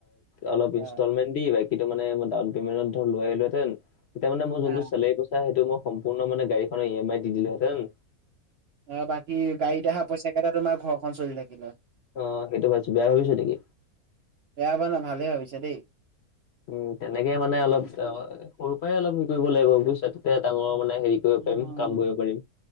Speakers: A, on the left; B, on the right.
A: অলপ
B: অ',
A: ইনষ্টলমেন্ট দি বাকিটো মানেই ডাউন পেমেন্টত ধ লৈ আহিলোহেতেন। তেতিয়া মানে মোৰ
B: অ',
A: যোনটো চেলাৰী পইচা সেইটো মই সম্পূৰ্ণ মে গাড়ীখনৰ ই এম আই দি দিলোহেতেন।
B: অ' বাকী গাড়ীত অহা পইচা কেইটা তোমাৰ ঘৰখন চলি থাকিলা হয়।
A: অ' সেইটো ভাবিছো বেয়া ভাবিছো নেকি।
B: বেয়া পোৱা ন ভালেই ভাবিছা দেই।
A: উম, তেনেকে মানে অলপ অ, সৰুৰ পৰাই অলপ হেৰি কৰিব লাগিব বুজিছা তেতিয়া ডাঙৰ মানে হেৰি কৰিব পাৰিম
B: অ'
A: কাম কৰিব পাৰিম